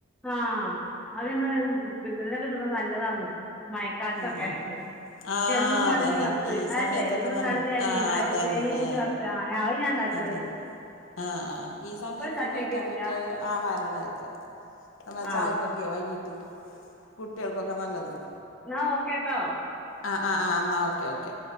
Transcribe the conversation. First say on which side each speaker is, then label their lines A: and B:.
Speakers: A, in the centre; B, on the left (about 85°).
A: ആഹ് അത് നമ്മളെ പിന്തതിലൊക്കെ തിന്നണത് നല്ലതാണ്. മയക്കാലത്തൊക്കെ
B: ഉം ഉം ആഹ്
A: എള്ളും കടലിം
B: അതന്നെ
A: വറുത്ത്
B: ഈ
A: അതല്ലേ
B: സമയത്തൊക്കെ
A: എള്ളും
B: നല്ലതണം
A: കടലിം
B: ആഹ്
A: അരിം
B: അതെന്നെ
A: തേങ്ങയും കൂട്ടി വറുത്ത് ആ അത് ഞാൻ ഉണ്ടാക്കലുണ്ട്
B: അതെന്നെ ആഹ് ആ ഈ സമയത്ത്
A: ഇപ്പ ഉണ്ടാക്കി
B: കഴിക്കാൻ
A: നോക്കിട്ടില്ല
B: പറ്റിയ പലഹാരങ്ങളൊക്കെ നമ്മ
A: ആ
B: ചായക്കൊക്കെ വൈകിട്ട് കുട്ടികൾക്കൊക്കെ നല്ലതാണ്.
A: ന്നാ ഓക്കെട്ടോ
B: ആഹ് ആഹ് ആഹ് എന്നാൽ ഓക്കെ ഓക്കെ